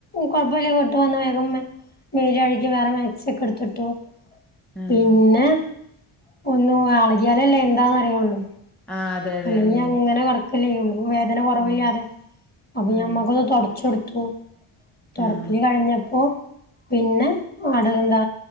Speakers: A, on the left; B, in the centre.
A: കൊഴപ്പല്ല്യ വീട്ട് വന്ന് വേഗം മെ മേല് അഴികി വേറെ മാക്സി ഒക്കെ ഇടുത്തിട്ടു
B: ആഹ്
A: പിന്നെ ഒന്നു വാളകിയാലല്ലേ എന്താന്ന് അറിയുള്ളൂ.
B: ആഹ് അതെ അതെ
A: അല്ലെങ്കി
B: ഉം
A: അങ്ങനെ കെട് ക്കല്ലേയുള്ളൂ വേദന കൊറവില്ലാതെ.
B: ഉം
A: അപ്പൊ
B: ഉം
A: ഞാൻ മൊഖൊന്ന് തൊടച്ചൊടുത്തു തൊടക്കല്
B: ആഹ്
A: കഴിഞ്ഞപ്പോ പിന്നെ വാടകെന്താ